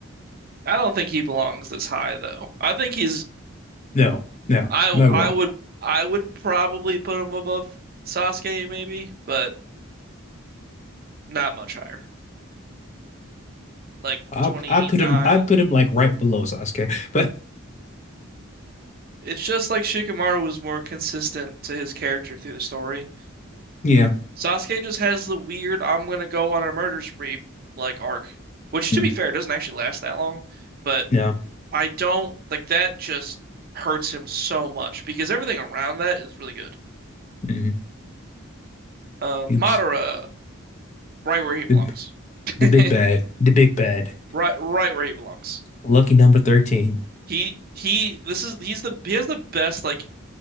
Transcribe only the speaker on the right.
I don't think he belongs this high though. I think he's
I I
would I would probably put him above Sasuke maybe, but not much higher. Like
29.
It's just like Shikamaru was more consistent to his character through the story.
Sasuke just has the weird I'm gonna go on a murder spree like arc, which
to be fair doesn't actually last that long, but
I don't like that just hurts him so much because everything around that is really good.
Um,
Madara
right where he belongs.
<laughs>
Right right where he belongs.
He he this is he's the he has the best like